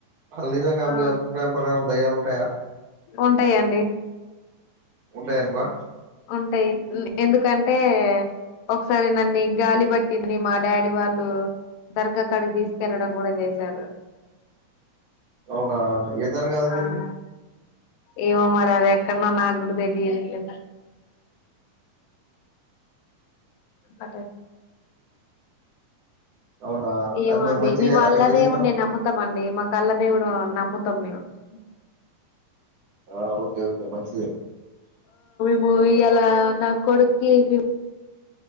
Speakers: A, on the right; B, on the left.
A: అసలు నిజంగా
B: ఆ
A: మీ అభిప్రాయం ప్రకారం దయ్యాలు ఉంటాయా
B: ఉంటాయాండి
A: ఉంటాయంటరా
B: ఉంటాయి ఎందుకంటే ఒకసారి నన్నిగాలి పట్టింది మా డాడీ వాళ్ళు దర్గా కాడికి తీసుకెళ్ళడం కూడా చేశారు
A: అవునా ఏ దర్గా దగ్గరికి
B: ఆ ఏమో మరి అదేక్కడనో నాకు కూడా తెలియదు లే అటే
A: అవునా
B: ఏమో
A: అది మరి
B: అండి
A: మంచిగారా
B: మేము అల్లదేవుడిన్ని
A: అక్కడ వెళ్ళిన తర్వాత
B: నమ్ముతాం అండి మాకు అల్లదేవుడు నమ్ముతాం మేము <unintelligible>
A: ఆ ఓకే ఓకే మంచిదే
B: ఒ ఇయ్యాల నా కొడుక్కి ఫిఫ్